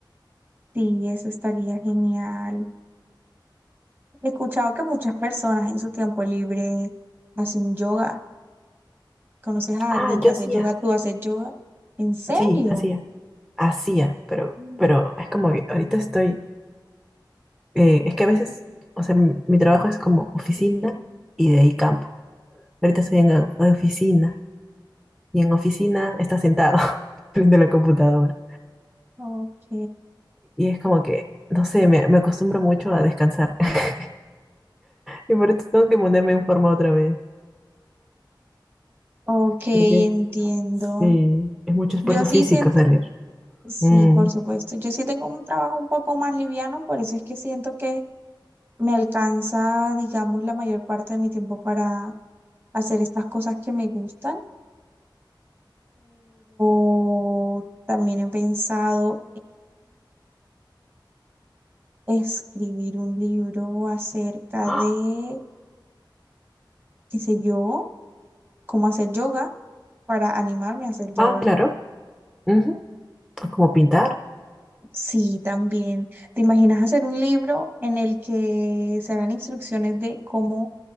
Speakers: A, on the right; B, in the centre.
A: sí, eso estaría genial. He escuchado que muchas personas en su tiempo libre hacen yoga. ¿Conoces a
B: Ah,
A: alguien que
B: yo
A: hace
B: hacía.
A: yoga? ¿Tú haces yoga? ¿En serio?
B: Sí, hacía. hacía, pero,
A: Mm,
B: pero es como que ahorita estoy, eh, es que a veces, o sea, mi, mi trabajo es como oficina y de ahí campo. Ahorita estoy en la de oficina y en oficina está sentado <laughs> frente a la computadora.
A: Ok,
B: Y es como que, no sé, me, me acostumbro mucho a descansar. <laughs> Y por eso tengo que ponerme en forma otra vez,
A: ok, entiendo.
B: porque es- sí, es mucho esfuerzo
A: Yo sí
B: físico
A: siento,
B: salir.
A: sí,
B: Mm.
A: por supuesto. Yo sí tengo un trabajo un poco más liviano, por eso es que siento que me alcanza, digamos, la mayor parte de mi tiempo para hacer estas cosas que me gustan, pero también he pensado escribir un libro acerca
B: Ah,
A: de, qué sé yo, cómo hacer yoga para animarme a hacer yoga.
B: Ah, claro. ujú, Como pintar.
A: Sí, también. ¿Te imaginas hacer un libro en el que se hagan instrucciones de cómo